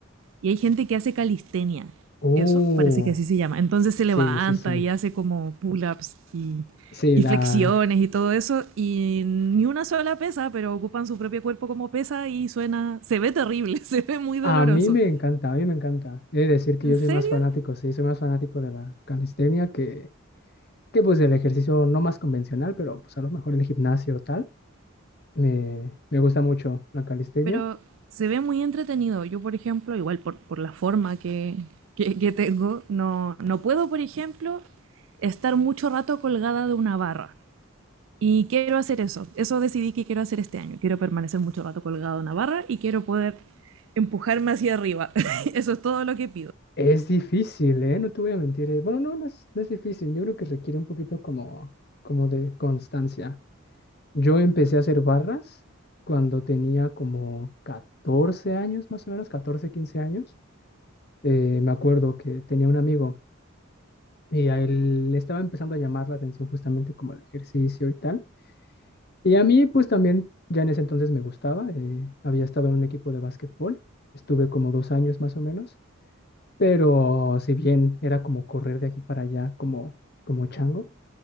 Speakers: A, on the right; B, on the left.
A: Y hay gente que hace calistenia.
B: Oh,
A: Eso parece que así se llama. Entonces se levanta
B: sí, sí, sí.
A: y hace como pull-ups y,
B: Sí,
A: y
B: la...
A: flexiones y todo eso. Y ni una sola pesa, pero ocupan su propio cuerpo como pesa y suena. Se ve terrible, <laughs> se ve muy doloroso.
B: A mí me encanta, a mí me encanta. He de decir que
A: ¿En
B: yo
A: serio?
B: soy más fanático, sí, soy más fanático de la calistenia que, que pues del ejercicio no más convencional, pero pues a lo mejor el gimnasio o tal. Me, me gusta mucho la calistenia.
A: Pero se ve muy entretenido. Yo, por ejemplo, igual por, por la forma que, que, que tengo, no, no puedo, por ejemplo, estar mucho rato colgada de una barra. Y quiero hacer eso. Eso decidí que quiero hacer este año. Quiero permanecer mucho rato colgado en una barra y quiero poder empujarme hacia arriba. <laughs> eso es todo lo que pido.
B: Es difícil, ¿eh? No te voy a mentir. eh. Bueno, no, no es, no es difícil. Yo creo que requiere un poquito como, como de constancia. Yo empecé a hacer barras cuando tenía como 14 años, más o menos, 14 15 años. eh, me acuerdo que tenía un amigo y a él le estaba empezando a llamar la atención justamente como el ejercicio y tal. Y a mí pues también ya en ese entonces me gustaba. eh, había estado en un equipo de básquetbol, estuve como dos años más o menos, pero si bien era como correr de aquí para allá como, como chango,